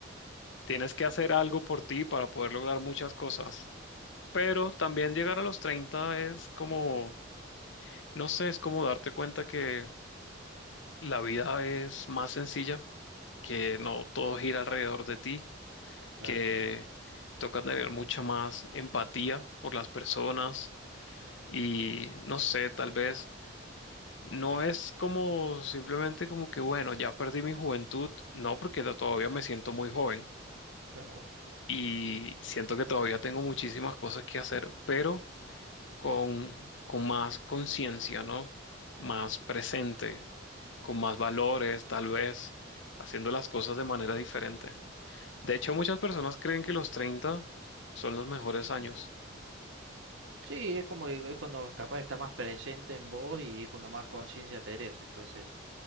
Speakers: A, on the left; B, on the right.
A: tienes que hacer algo por ti para poder lograr muchas cosas. Pero también llegar a los 30 es como, no sé, es como darte cuenta que la vida es más sencilla, que no todo gira alrededor de ti,
B: claro,
A: que toca tener mucha más empatía por las personas y no sé, tal vez No es como simplemente como que, bueno, ya perdí mi juventud, no, porque to- todavía me siento muy joven
B: claro.
A: y siento que todavía tengo muchísimas cosas que hacer, pero con, con más conciencia, ¿no? Más presente, con más valores, tal vez, haciendo las cosas de manera diferente. De hecho, muchas personas creen que los 30 son los mejores años.
B: Sí, es como que es cuando capaz está más presente en vos y es cuando más conciencia tenés. Entonces,